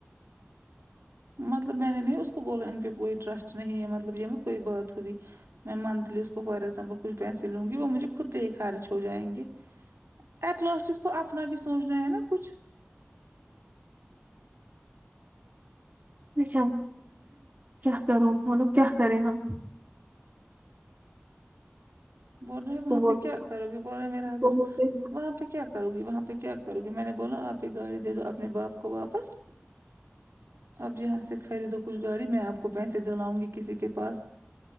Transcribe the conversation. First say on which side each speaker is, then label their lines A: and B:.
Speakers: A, on the right; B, on the right.
A: مطلب میں نے نہیں اس کو بولا ان پہ کوئی ٹرسٹ نہیں ہے مطلب یہ کوئی بات ہوئی میں منتھلی اس کو فور ایگزامپل کچھ پیسے لوں گی وہ مجھے خود پہ خارج ہو جائیں گے ایٹ لاسٹ اس کو اپنا بھی سوچنا ہے نا کچھ
B: <unintelligible> کیا کروں بولو اب کیا کریں ہم
A: بول
B: اس
A: رہے ہیں وہاں
B: کو بولتے
A: پہ کیا کرو گی بولے میرا
B: اس
A: ہسبینڈ
B: کو بولتے ہیں
A: وہاں پہ کیا کروں گی وہاں پہ کیا کرو گی میں نے بولا آپ ہی گاڑی دے دو اپنے باپ کو واپس اپ یہاں سے خریدو کچھ گاڑی میں آپ کو پیسے دلااؤں گی کسی کے پاس